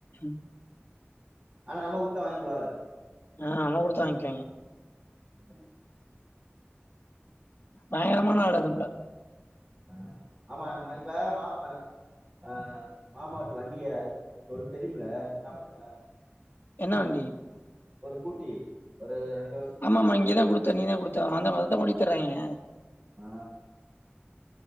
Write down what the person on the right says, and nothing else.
ஆனா நம்ம குடுத்தா வாங்கிக்குவாக
உம்
அ ஆமா ஆமா இப்ப மாமா அ மாமா வீட்டு வண்டிய அதுக் தா குடுத்தோல் தெரிய்ம்ல சொன்னாப்பிலையா
ஒரு ஸ்கூட்டி ஒரு ரெண்
ஆ